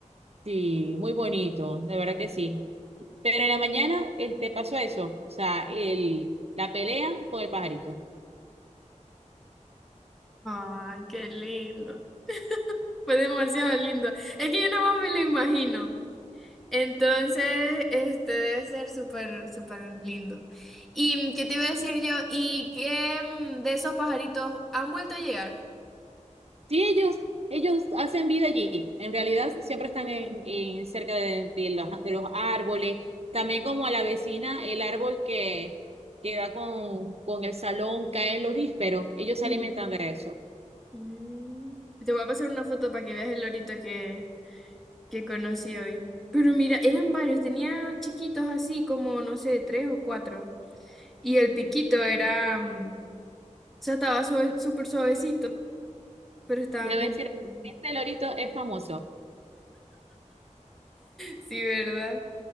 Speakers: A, on the right (about 55°); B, in the centre.
A: Sí, muy bonito, de verdad que sí. Pero en la mañana este, pasó eso, o sea, el, la pelea con el pajarito.
B: Ay, qué lindo. Fue demasiado lindo. Es que yo nada más me lo imagino. Entonces, este debe ser súper, súper lindo. ¿Y qué te iba a decir yo? ¿Y qué mm, de esos pajaritos han vuelto a llegar?
A: Sí, ellos, ellos hacen vida allí. En realidad siempre están en, en cerca de, de los, de los árboles. También como a la vecina, el árbol que, que da con, con el salón cae el lorífero. Ellos se
B: Ujú.
A: alimentan de eso.
B: Mm. Te voy a pasar una foto para que veas el lorito que, que conocí hoy. Pero mira, eran varios, tenía chiquitos así como, no sé, tres o cuatro. Y el piquito era, mm, o sea, estaba suave- súper suavecito, pero estaban
A: Debo
B: bien.
A: decir,
B: lindos.
A: este lorito es famoso.
B: Sí, ¿verdad?